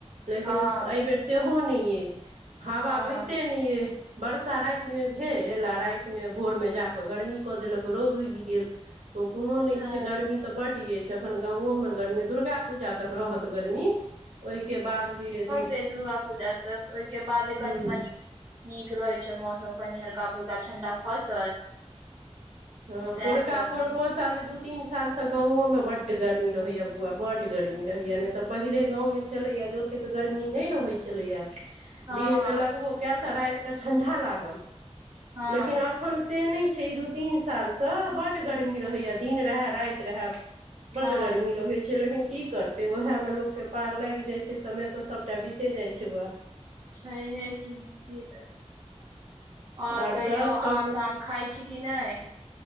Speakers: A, on the right; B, on the right.
A: लेकिन
B: हँ
A: एहि बेेर सेहो नहि अइ हावा
B: हँ
A: बहिते नहि अइ वरसा रातिमे भेल आ रातिमे भोरमे जा कऽ गर्मी कऽ देलक रौद उगि गेल तऽ कोनो नहि
B: सैह
A: छै गर्मी तऽ बड य जखन गाँव में गर्मी दुर्गा पूजा तक रहत गर्मी ओयके बाद घिरे घिरे
B: ते दुर्गा पूजा तक ओहिके बाद
A: हूँ
B: कनि मनी नीक रहे छै मौसम कनी हल्का फुलका ठण्डा खसल
A: ह
B: सएह
A: पोड़का
B: सब
A: पोड़को
B: य
A: साली दू तीन साल से गाँवो मे बड गरमी रहे या बौआ बड गर्मी रहेया ने तऽ पहिले गां मे चले या ओतेक गर्मी नहि रहे छले ये
B: हँ
A: दिन
B: हँ
A: में लगबो कयल तऽ राइत के ठंडा लागल
B: हँ
A: लेकिन अखन से नहि छै द तीन सालसँ बड्ड गरमी रहैए दिन रहए राति रहै बड़
B: हँ
A: गर्मी रहै छल लेकिन की करतै ओएहमे लोककेँ पार लागि जाइ छै समय तऽ सभटा बीते जाइ छै बएह
B: छाइ है कि की कररमे ओर
A: आर
B: कहियो
A: सभ सभकिछु
B: आम ताम खाइ छी कि नहि